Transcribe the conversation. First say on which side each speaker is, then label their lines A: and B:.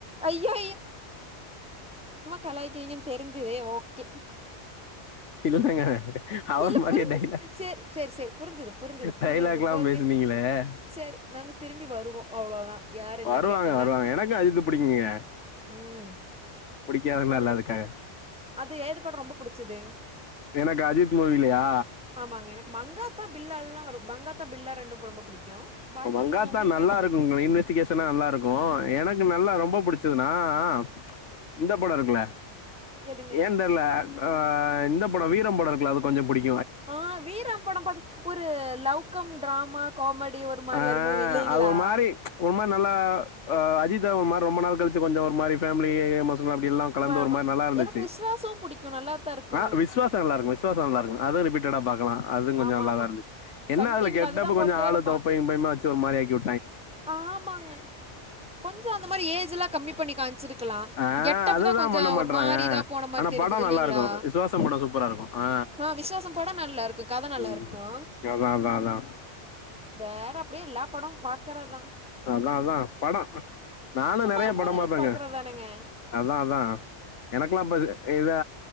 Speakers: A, in the centre; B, on the left.
A: ஐயோ கலாய்க்கிறீங்கன் தெரிஞ்சது ஓகே
B: <inaudible> இல்லல்லங்க அவர்
A: இல்ல
B: மாரியே
A: புரிஞ்சு
B: டைலாக்
A: சேரி சேரி சேரி புரிஞ்சுது புரிஞ்சுது
B: டைலாக்ல்லா
A: புரிஞ்சுது புரிஞ்சு
B: பேசுனீங்ளே அ
A: சேரி நாங்க திரும்பி வருவோ அவ்ளோதா யார் என்ன
B: வருவாங்க
A: கேட்டாலு
B: வருவாங்க
A: நாங்
B: எனக்கு அஜித்து புடிக்குங்க
A: ம்
B: புடிக்காதுள்ளா
A: அவருட்ட
B: இல்ல அதுக்காக
A: அது ஏது படோ ரொம்ப புடிச்சது
B: எனக்கு அஜித்து மூவிலையா
A: ஆமாங்க எனக்கு மங்காத்தா பில்லாலல்லா வரு மங்காத்தா பில்லா ரெண்டு படோ ரொம்ப புடிக்கு பாக்கி
B: மங்காத்தா
A: இல்லாம உங்களுக்கு
B: நல்லாருக்கு இன்வெஸ்டிகேஷனா நல்லாருக்கு எனக்கு நல்லா ரொம்ப புடிச்சதுனா அ ஆ இந்த படோருக்குல்ல
A: எதுங்க
B: ஏன் தெர்ல அ அ இந்த படோ வீரம் படோருக்குல்ல அது கொஞ்சோ புடிக்
A: ஆ வீரம் படோ பாத்து ஒரு லவ் கம் டிராம காமெடி ஒரு மாரி
B: ஆ
A: ஒரு மூவி இல்லைங்களா
B: அது ஒரு மாரி ஒரு மாரி நல்லா அ அஜ் ஜித்த ஒரு மாரி ரொம்ப நாள் கலிச்சி கொஞ்சோ ஒரு மா‌ரி ஃபேிலி ஸ்ல அப்டி எல்லா கலந்து
A: ஆமா
B: ஒரு மாரி நல்லாருந்துச்சி
A: எனக்கு விஸ்வாசோ புடிக்கு நல்லாத்தா இருக்குங்க
B: அ விஸ்வாசோ நல்லாருக்கு விஸ்வாசோ நல்லாருக்கு அது ரிபிட்டடா பாக்கலா அது கொஞ்சோ
A: ஆமா
B: நல்லாதாருந்துச்சி
A: ஆமா
B: என்ன
A: சன்
B: அது
A: டிவில
B: கெட்டப்பு
A: அதுதா
B: கொஞ்சோ
A: போட்டே
B: ஆளு
A: இருப்பா
B: தொப் பையு கிப்பையுமா வெச்சி ஒரு மாரி ஆக்கிவுட்
A: ஆமாங்க கொஞ்சோ‌ அந்த மாரி ஏஜ்ஜில்லா கம்மி பண்ணிக் காம் ச்சிருக்லா
B: ஆ
A: கெட்டப்புதா
B: அதுதா
A: கொஞ்சோ‌
B: பண்ண மாட்றாங்க.
A: ஒரு மாரி இதா போன மாரி
B: ஆனா
A: தெரிஞ்சது
B: படம்
A: இல்லிங்ளா
B: நல்லா இருக்கும். விசுவாசம் படம் சூப்பரா இருக்கும். ஆ
A: அ விஸ்வாசோ ப படோ நல்லாருக்கு கத நல்லாருக்கோ
B: ம் அதா அதா அதா
A: வேற அப்டியே எல்லா படம் பாக்கறதா
B: அதா அதா படோ நானு
A: சும்மா
B: நெறைய
A: இருக்கும்போது
B: படோ
A: எல்லாத்தையு
B: பாப்பேங்க
A: பாக்கறது தானேங்க
B: அதா அதா எனக்குல்லா பேஸ் இதா